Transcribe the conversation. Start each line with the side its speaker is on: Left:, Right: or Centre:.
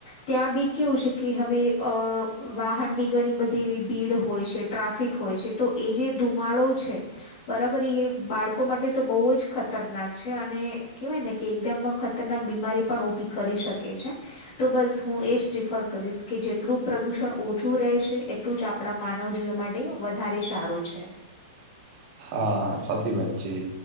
Left: ત્યાં બી કેવું છે કે હવે અ વાહનની ઘણી બધી એવી ભીડ હોય છે. ટ્રાફિક હોય છે તો એ જે ધુમાડો છે. બરાબર એ બાળકો માટે તો બહુ જ ખતરનાક છે અને કેવાય ને કે. તેમ ખતરનાક બીમારી પણ ઉભી કરી શકે છે. તો બસ હું એજ પ્રિફર કરીશ કે જેટલું પ્રદુષણ ઓછું રહેશે એટલું જ આપણા માનવ જીવન માટે વધારે સારું છે.
Right: હા સાચી વાત છે